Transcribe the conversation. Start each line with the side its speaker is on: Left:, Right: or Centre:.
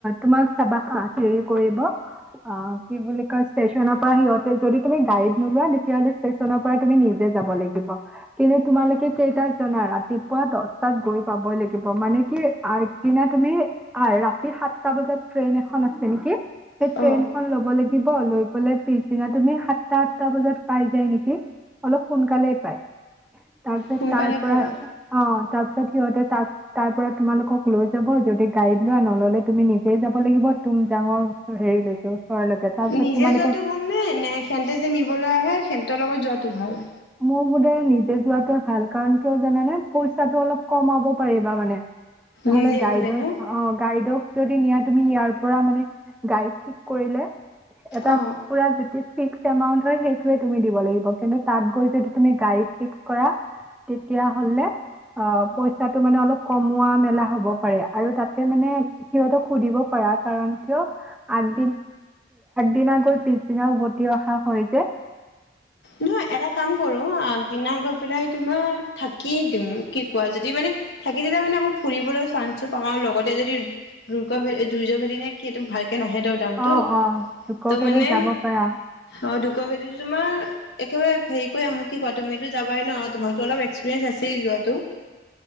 Centre: তোমাক চাবা হাঁ হেৰি কৰিব অ কি বুলি কই ষ্টেচনৰ পৰা সিহতে যদি তুমি গাইড নোলোৱা তেতিয়ালে ষ্টেচনৰ পৰা তুমি নিজে যাব লাগিব। কিন্তু তোমালোকে কেইটাত জনা ৰাতিপুৱা দহটাত গৈ পাবই লাগিব। মানে আগদিনা তুমি আহ ৰাতি সাতটা বজাত ট্ৰেইন এখন আছে নেকি, সেই ট্ৰেইন
Left: অ
Centre: খন লব লাগিব, লৈ পেলাই পিছদিনা তুমি সাতটা আঠটা বজাত পাই যায় নেকি, অলপ সোনকালে পাই। তাৰপিছত তাৰ
Left: সোনকালে
Centre: পৰা
Left: পায়
Centre: অ' তাৰপিছত, ছত সিহঁতে তাক তাৰ পৰা তোমালোকক লৈ যাব। যদি গাইড লোৱা নহলে তুমি নিজেই যাব লাগিব তুম জাঙৰ ওচৰ হেৰিলৈকে ওচৰলৈকে। তাৰপিছত
Left: নিজে
Centre: তোমালোকে
Left: যোৱাটো ভাল নে, নে সেহঁতে যে নিবলৈ আহে সেহ তেওঁৰ লগত যোৱাটো ভাল?
Centre: মোৰ বোধে নিজে যোৱাতোৱে ভাল, কাৰণ কিয় জানে পইচাটো অলপ কমাব পাৰিবা মানে। নহ'লে
Left: নিজে
Centre: গাইদক
Left: গলে ন
Centre: অ' গাইদক য নিয়া তুমি ইয়াৰ পৰা মানে গাড়ী থিক কৰিলে এটা
Left: অ
Centre: পুৰা যিটো ফিক্স এমাউন্ত হয় সেইটোয়ে তুমি দিব লাগিব কিন্তু। তাত গৈ যদি তুমি গাড়ীত ফিক্স কৰা, তেতিয়া হলে অঁ পইছাটো মানে অলপ লোৱা নোলোৱা হব পাৰে, সেইটো মানে শুধিব পাৰা কাৰণ কিয়? আগ দিনা গৈ পিছ দিনা উভটি অহা হয় যে।
Left: নহয় এটা কাম কৰো আগদিনা গৈ পেলাই তোমাৰ থাকি দিম কি কোৱা যদি মানে থাকি দিলে মানে অকৌ ফুৰিবলৈ চান্সো পাওঁ আৰু লগতে যদি দুূৰ্গ ভ দুৰ্য ভেলী নে কি এইটো ভাল ত নাহে তো দামটো
Centre: অ অ জুক
Left: তো
Centre: ভেলি
Left: মানে
Centre: যাব পাৰা
Left: অ', দুক ভেলিটো তোমাৰ একেবাৰে হেৰি কৰি আহোঁ কি কোৱা তুমিতো যাবাই ন তোমাৰতো অলপ এক্সপিৰিয়েন্ঞ্চ আছেই যোৱাটো।